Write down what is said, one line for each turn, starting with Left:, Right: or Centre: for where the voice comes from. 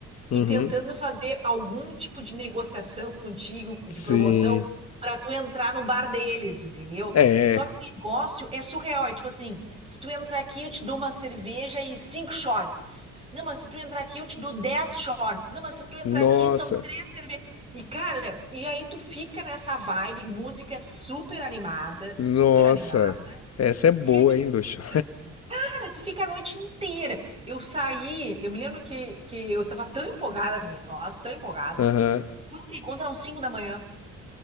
Right: e
Left: uhum.
Right: tentando fazer algum tipo de negociação contigo, de
Left: Sim.
Right: promoção, pra tu entrar no bar deles, entendeu?
Left: É.
Right: Só que o negócio é surreal, é tipo assim, se tu entrar aqui, eu te dou uma cerveja e cinco shots. Não, mas se tu entrar aqui, eu te dou 10 shorts. Não, mas se tu entrar
Left: Nossa.
Right: aqui, são três cervejas. E, cara, e aí tu fica nessa vibe, música super animada,
Left: Nossa,
Right: super animada.
Left: essa é boa,
Right: E aí tu
Left: hein, do
Right: fica,
Left: chá.
Right: cara, tu fica a noite inteira. Eu saí, eu me lembro que, que eu tava tão empolgada com o negócio, tão empolgada.
Left: Aham.
Right: Quando me encontram 5 da manhã,